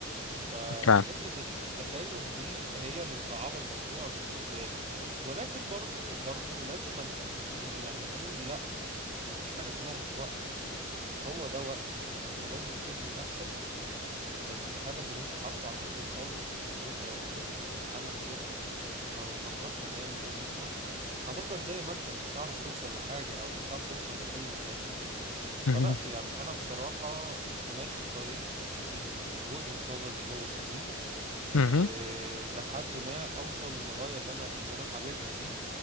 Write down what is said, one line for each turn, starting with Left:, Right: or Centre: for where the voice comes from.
Right: فحتة
Left: فعلا
Right: التكيف دي هي اللي مصعبة الموضوع بالنسبة لي ولكن برضو برضو لازم من يعني نقول لأ مفيش حاجة اسمها مش وقته هو ده وقته فأنت لازم تبني نفسك للهدف اللي انت حاطه عشان توصل له لان انت لو فضلت محلك سر ما بتفكرش هتعمل ايه بكره هتفضل زي ما انت مش هتعرف توصل لحاجة او مش هتعرف توصل لحلمك ده فلا
Left: مهم.
Right: يعني انا بصراحة ماشي في طريق إيه، من وجهة نظري هو سليم
Left: مهم.
Right: آه، لحد ما اوصل للغايه اللي انا اللي انا حاببها دي